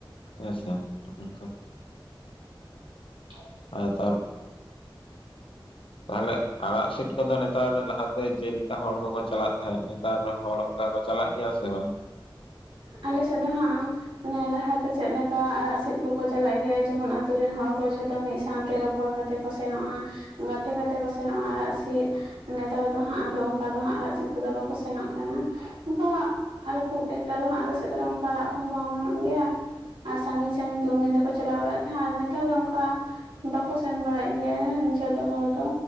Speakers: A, on the left; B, on the right.
A: ᱦᱮᱸ ᱥᱮ ᱱᱚᱝᱠᱟ
B: <inaudible>
A: ᱟᱨ ᱛᱟᱨ ᱛᱟᱦᱟᱞᱮ, ᱟᱲᱟᱜ ᱥᱤᱫ ᱠᱚᱫᱚ ᱱᱮᱛᱟᱨ ᱞᱟᱦᱟᱛᱮ ᱡᱮᱞᱮᱠᱟ ᱦᱚᱲ ᱠᱚᱠᱚ ᱪᱟᱞᱟᱜ ᱛᱟᱦᱮᱸᱫ, ᱱᱮᱛᱟᱨ ᱦᱚᱲ ᱚᱱᱠᱟ ᱠᱚ ᱪᱟᱞᱟᱜ ᱜᱮᱭᱟ ᱥᱮ ᱵᱟᱝ?
B: ᱟᱞᱮ ᱥᱮᱫ ᱫᱚ ᱦᱟᱸᱜ, ᱢᱟᱱᱮ ᱞᱟᱦᱟᱛᱮ ᱪᱮᱫ ᱞᱮᱠᱟ ᱟᱲᱟᱜ ᱥᱮᱫ ᱠᱚᱠᱚ ᱪᱟᱞᱟᱜ ᱜᱮᱭᱟ ᱡᱮᱢᱚᱱ ᱟᱛᱩ ᱨᱮᱱ ᱦᱚᱲ ᱠᱚ ᱡᱷᱚᱛᱚ ᱢᱤᱫ ᱥᱟᱶᱛᱮ ᱨᱚᱯᱚᱲ ᱠᱟ ᱛᱮ ᱠᱚ ᱥᱮᱱᱚᱜᱼᱟ, ᱜᱟᱛᱮ ᱜᱟᱛᱮ ᱠᱚ ᱥᱮᱱᱚᱜᱼᱟ ᱟᱲᱟᱜ ᱥᱤᱫ ᱱᱮᱛᱟᱨ ᱫᱚ ᱦᱟᱸᱜ ᱟᱫᱚ ᱚᱱᱠᱟ ᱫᱚ ᱦᱟᱸᱜ ᱟᱲᱟᱜ ᱪᱮᱫ ᱠᱚᱫᱚ ᱵᱟᱠᱚ ᱥᱮᱱᱚᱜ ᱠᱟᱱᱟ ᱚᱱᱠᱟ ᱟᱨ ᱠᱷᱩᱵ ᱮᱠ ᱱᱮᱛᱟᱨ ᱫᱚ ᱦᱟᱸᱜ ᱟᱞ ᱥᱮᱫ ᱨᱮ ᱚᱱᱠᱟ ᱟᱲᱟᱜ ᱠᱚᱦᱚᱸ ᱵᱟᱝ ᱚᱢᱚᱱᱚᱜ ᱜᱮᱭᱟ ᱟᱨ ᱥᱟᱺᱜᱤᱧ ᱥᱟᱺᱜᱤᱧ ᱜᱮ ᱩᱱᱫᱤᱱ ᱫᱚᱠᱚ ᱪᱟᱞᱟᱣ ᱵᱟᱲᱟᱜ ᱛᱟᱦᱮᱸᱜ ᱟᱨ ᱱᱮᱛᱟᱨ ᱫᱚ ᱚᱱᱠᱟ ᱵᱟᱠᱚ ᱥᱮᱱ ᱵᱟᱲᱟᱜ ᱜᱮᱭᱟ ᱡᱷᱚᱛᱚ ᱦᱚᱲ ᱫᱚ